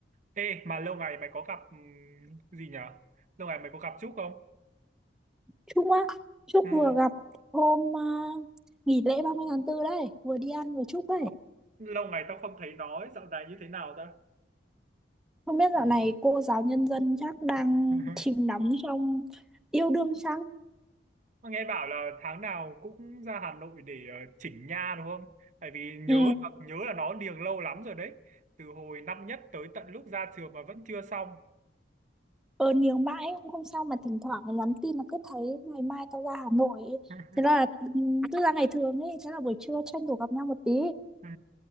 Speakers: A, on the right; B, in the centre.
A: Ê, mà lâu ngày mày có gặp ừm, gì nhở? Lâu ngày mày có gặp Trúc không?
B: chúc á chúc
A: Ừm,
B: vừa gặp hôm à, nghỉ lễ ba mươi tháng 4 đấy vừa đi ăn vừa chúc đấy
A: Lâu ngày tao không thấy nói, dạo này như thế nào ta?
B: không biết dạo này cô giáo nhân dân chắc đang
A: <laughs>
B: chìm đắm trong yêu đương chăng
A: Mà Nghe bảo là tháng nào cũng ra Hà Nội để ờ, chỉnh nha đúng không? Tại vì nhớ
B: Ừ,
A: là, nhớ là nó niềng lâu lắm rồi đấy. Từ hồi năm nhất tới tận lúc ra trường mà vẫn chưa xong.
B: ờ nếu mãi cũng không sao mà thỉnh thoảng nhắn tin là cứ thấy ngày mai tao ra Hà Nội
A: <laughs>
B: thế là ừ, cứ ra ngày thường ấy thế là buổi trưa tranh thủ gặp nhau một tí
A: Ừ,